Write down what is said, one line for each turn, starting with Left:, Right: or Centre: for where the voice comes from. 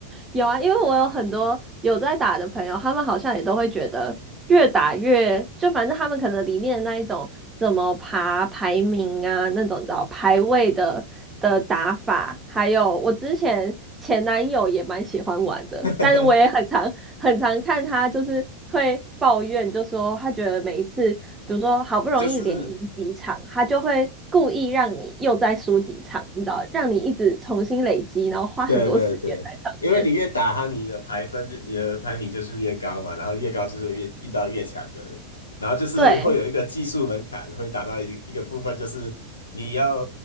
Right: 有啊，因为我有很多有在打的朋友，他们好像也都会觉得越打越，就反正他们可能里面的那一种怎么爬排名啊，那种叫排位的的打法，还有我之前前男友也蛮喜欢玩的，
Left: <laughs>
Right: 但是我也很常很常看他就是。会抱怨，就说他觉得每一次，比如说好不容易连赢几场，
Left: 就是
Right: 他就会故意让你又再输几场，你知道，让你一直重新累积，然后花很多时间在上面。
Left: 对对对，因为你越打他，你的排分就你的排名就是越高嘛，然后越高就是越遇到越强的人，然后就是会有一个技术门槛，
Right: 对
Left: 会打到一一个部分，就是你要